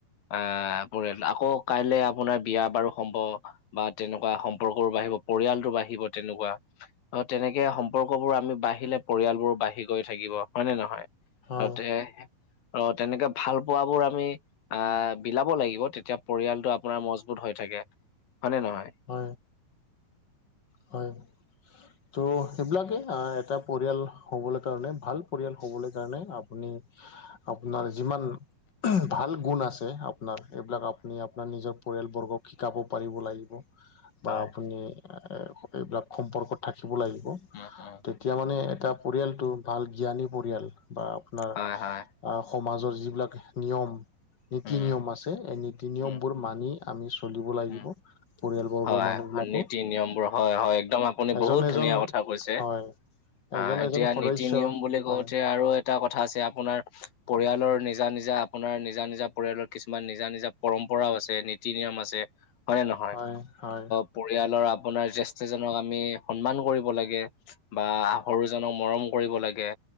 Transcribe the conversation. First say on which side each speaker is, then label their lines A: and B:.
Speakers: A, on the left; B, on the left.
A: আহ পৰিয়াল আকৌ কাইলে আপোনাৰ বিয়া বাৰু সম্ভ বা তেনেকুৱা সম্পৰ্ক বাঢ়িব, পৰিয়ালটো বাঢ়িব তেনেকুৱা অ তেনেকে সম্পৰ্কবোৰ আমি বাঢ়িলে পৰিয়ালবোৰ বাঢ়ি গৈ থাকিব হয় নে নহয়?
B: হয়
A: ততে অ তেনেকে ভাল পোৱাবোৰ আমি আহ বিলাব লাগিব তেতিয়া পৰিয়ালটো আপোনাৰ মজবুত হৈ থাকে হয়নে নহয়?
B: অ। হয়। ত' সেইবিলাকে আ এটা পৰিয়াল হ'বলৈ কাৰণে ভাল পৰিয়াল হ'বলৈ কাৰণে আপ পুনি আপোনাৰ যিমান আহ ভাল গুণ আছে আপোনাৰ এইবিলাক আপুনি আ পোনাৰ নিজৰ পৰিয়ালবৰ্গক শিকাব পাৰিব লাগিব বা
A: হয়
B: আপুনি আ এ এইবিলাক সম্পৰ্কত থাকিব লাগিব
A: উম উম
B: তেতিয়া মানে এটা পৰিয়ালটো ভাল জ্ঞানী পৰিয়াল বা আপোনাৰ
A: হয় হয়
B: অ সমাজৰ যিবিলাক নিয়ম, নীতি
A: উম
B: - নিয়ম আছে এই নীতি - নিয়মবোৰ
A: উম
B: মানি আমি চলিব লাগিব।
A: উম
B: পৰিয়ালবৰ্গৰ
A: হয়,
B: মানুহবিলাকো
A: নীতি - নিয়মবোৰ হয় হয় একদম আপুনি
B: এজন
A: বহুত
B: এজন
A: ধুনীয়া কথা কৈছে।
B: হয়
A: আ,
B: এজন
A: এতিয়া
B: এজন সদস্য
A: নীতি - নিয়ম বুলি কওঁতে
B: হয়
A: আৰু এটা কথা আছে আপোনাৰ পৰিয়ালৰ নিজা - নিজা আপোনাৰ নিজা - নিজা পৰিয়ালৰ কিছুমান নিজা-নিজা পৰম্পৰাও আছে, নীতি - নিয়ম আছে হয় নে নহ
B: হয়-হয়।
A: পৰিয়ালৰ আপোনাৰ জেষ্ঠ্যজনক আমি সন্মান কৰিব লাগে বা সৰুজনক মৰম কৰিব লাগে